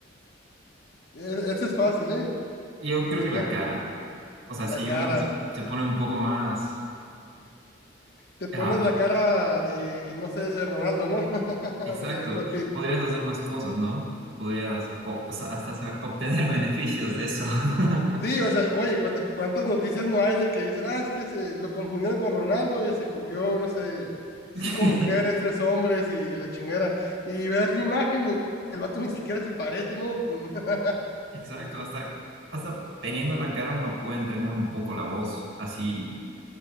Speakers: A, on the left; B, on the right.
A: E- Ese es fácil, ¿eh?
B: Yo
A: Persona,
B: creo que la cara, o sea,
A: la
B: si
A: cara.
B: uno se, se pone un poco más...
A: Te pones
B: ah,
A: la cara de, no sé, de Ronaldo, ¿no? <laughs>
B: Exacto,
A: O de Brad Pitt.
B: podrías hacer más cosas, ¿no? Podrías o- o sea, hasta sa- obtener <laughs> beneficios de eso. <laughs>
A: Sí, o sea, oye, ¿cuánta- ¿cuántas noticias no hay de que dicen, ah, es que se lo confundieron con Ronaldo y se cogió, no sé, cinco
B: Que-
A: mujeres, tres hombres y la chingera? Y ves la imagen y el vato ni siquiera se parece, ¿no? <laughs>
B: Exacto, hasta, hasta teniendo la cara uno puede entrenar un poco la voz, así